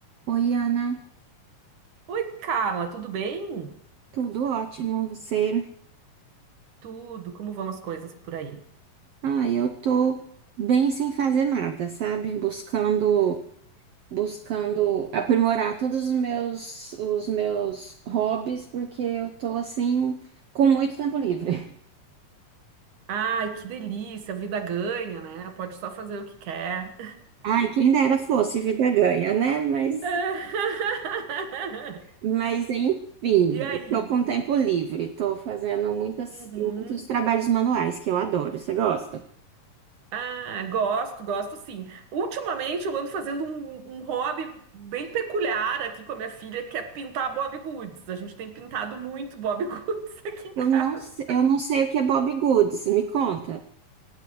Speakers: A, on the right (about 85°); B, on the right (about 65°).
A: Oi, Ana,
B: Oi, Carla, tudo bem?
A: tudo ótimo, você?
B: Tudo, como vão as coisas por aí?
A: Ah, eu tô bem sem fazer nada, sabe? Buscando, buscando aprimorar todos os meus, os meus hobbies, porque eu tô assim com muito tempo livre.
B: Ai, que delícia, a vida ganha, né? Pode só fazer o que quer.
A: <laughs> Ai, quem dera fosse, vida ganha, né? Mas,
B: <laughs>
A: mas enfim,
B: E aí?
A: tô com tempo livre, tô fazendo muitas,
B: Uhum.
A: muitos trabalhos manuais que eu adoro. Você gosta?
B: Ah, gosto, gosto sim. Ultimamente eu ando fazendo um, um hobby bem peculiar aqui com a minha filha, que é pintar Bob Goods. A gente tem pintado muito Bob Goods <laughs> aqui em
A: Eu
B: casa.
A: não, se- eu não sei o que é Bob Goods, me conta.